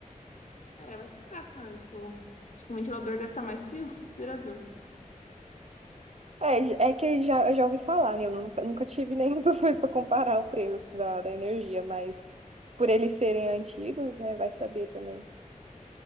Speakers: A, on the left; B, on the right.
A: É, eu acho que não gasta, né? tipo, acho que o ventilador gasta mais que o aspirador.
B: É, j- é que já, eu já ouvi falar, né? Eu nunca, nunca tive <laughs> nenhum dos dois para comparar o preço da, da energia, mas por eles serem antigos, né? Vai saber também.